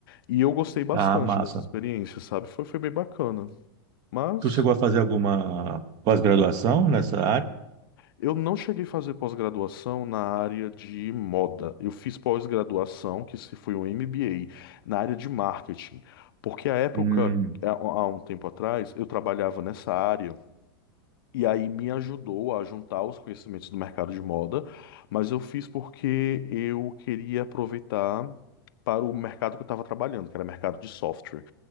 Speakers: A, on the left; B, on the right.
A: E eu gostei bastante
B: Ah, massa.
A: dessa experiência, sabe? Foi, foi bem bacana. Mas
B: Tu chegou a fazer alguma pós-graduação nessa área?
A: eu não cheguei a fazer pós-graduação na área de moda. Eu fiz pós-graduação, que se foi um MBA, na área de marketing. Porque a época,
B: Hum,
A: há há um tempo atrás, eu trabalhava nessa área. E aí me ajudou a juntar os conhecimentos do mercado de moda, mas eu fiz porque eu queria aproveitar para o mercado que eu estava trabalhando, que era mercado de software.